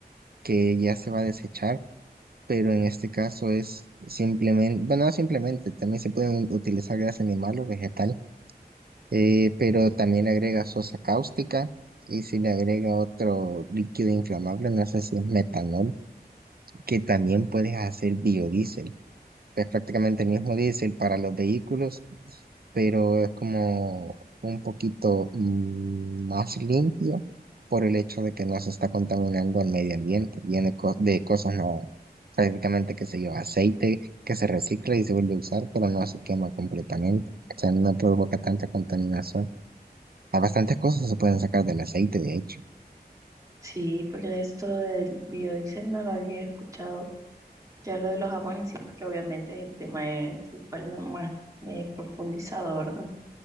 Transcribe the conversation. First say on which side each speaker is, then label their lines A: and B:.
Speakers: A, on the right; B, on the right.
A: que ya se va a desechar pero en este caso es simplemente, bueno, no simplemente, también se pueden utilizar grasa animal o vegetal, eh, pero también le agrega sosa cáustica y si le agrega otro líquido inflamable, no sé si es metanol, que también puedes hacer biodiesel es prácticamente el mismo diésel para los vehículos, pero es como un poquito mm, más limpio por el hecho de que no se está contaminando al medio ambiente. Viene co- de cosas no, prácticamente, qué sé yo, aceite que se recicla y se vuelve a usar, pero no se quema completamente. O sea, no provoca tanta contaminación. A bastantes cosas se pueden sacar del aceite, de hecho.
B: Sí, pero esto del biodiesel no lo había escuchado. Ya lo de los jabones, sí, porque obviamente es el tema en el que igual me, más me he profundizado, ¿verdad?